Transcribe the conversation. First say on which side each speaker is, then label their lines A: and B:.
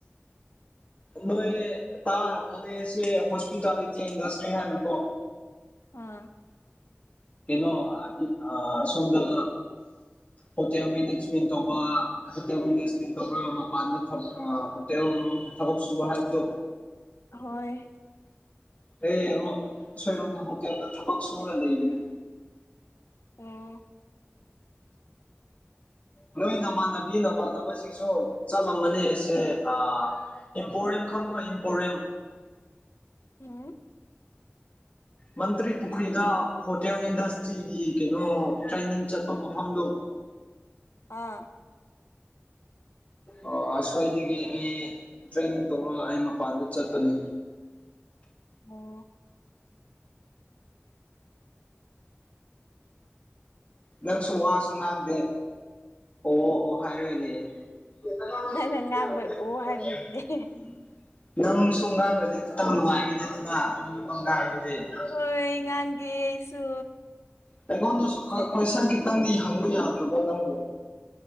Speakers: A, on the left (about 35°); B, on the left (about 80°).
A: ꯅꯣꯏ ꯇꯥꯔꯝꯃꯅꯤ ꯁꯤ ꯍꯣꯁꯄꯤꯇꯥꯂꯤꯇꯤ ꯏꯟꯗꯁꯇ꯭ꯔꯤ ꯍꯥꯏꯅꯀꯣ
B: ꯑꯥ
A: ꯀꯩꯅꯣ ꯑ ꯁꯣꯝꯗ ꯍꯣꯇꯦꯜ ꯃꯦꯅꯦꯖꯃꯦꯟ ꯇꯧꯕ ꯍꯣꯇꯦꯜ ꯃꯦꯅꯦꯁꯃꯦꯟꯠ ꯇꯧꯔꯒ ꯃꯄꯥꯟꯗ ꯊꯝ ꯑ ꯇꯦꯁꯣꯔꯣꯝꯗ ꯊꯕꯛ ꯁꯨꯕ ꯍꯥꯥꯏꯕꯗꯣ
B: ꯍꯣꯏ
A: <unintelligible> ꯑꯁꯣꯏꯔꯣꯝꯗ ꯍꯣꯇꯦꯜꯗ ꯊꯕꯛ ꯁꯨꯔ ꯂꯩꯕꯅꯤ
B: ꯑꯣ
A: ꯅꯣꯏ ꯅꯃꯥꯟꯅꯕꯤ ꯅꯃꯥꯟꯅꯕꯁꯤꯡꯁꯨ ꯆꯠꯂꯝꯃꯅꯦ ꯑꯁꯦ ꯑ ꯏꯝꯄꯣꯔꯤꯌꯝ ꯈꯪꯕ꯭ꯔꯣ ꯏꯝꯄꯣꯔꯤꯌꯝ
B: <unintelligible>
A: ꯃꯟꯇ꯭ꯔꯤ ꯄꯨꯈ꯭ꯔꯤꯗ ꯍꯣꯇꯦꯜ ꯏꯟꯗꯁꯇ꯭ꯔꯤꯒꯤ ꯀꯩꯅꯣ ꯇ꯭ꯔꯦꯅꯤꯡ ꯆꯠꯄ ꯃꯐꯝꯗꯣ
B: ꯑꯥ
A: ꯑ ꯑꯁ꯭ꯋꯥꯏꯗꯒꯤ ꯑꯩ ꯇ꯭ꯔꯦꯅꯤꯡ ꯇꯧꯔ ꯑꯩ ꯃꯄꯥꯟꯗ ꯆꯠꯄꯅꯤ
B: ꯑꯣ
A: ꯅꯪꯁꯨ ꯋꯥꯁꯨ ꯉꯥꯡꯗꯦ ꯑꯣ ꯑꯣ ꯍꯥꯏꯔꯒ ꯂꯩꯌꯦ <unintelligible>
B: ꯅꯪꯅ ꯉꯥꯡꯕꯩ ꯑꯣ ꯍꯥꯏꯕꯤꯕꯅꯦ
A: ꯅꯪꯁꯨꯉꯥꯡꯂꯗꯤ ꯈꯤꯇꯪ ꯅꯨꯡꯉꯥꯏꯒꯅꯤꯗꯅ <unintelligible>
B: ꯍꯣꯏ ꯉꯥꯡꯒꯦ ꯑꯩꯁꯨ
A: ꯑꯩꯉꯣꯟꯗꯁꯨ ꯈ ꯀꯣꯏꯁꯟ ꯈꯤꯇꯪꯗꯤ ꯍꯪꯕ ꯌꯥꯗ꯭ꯔꯕꯣ ꯅꯪꯕꯣ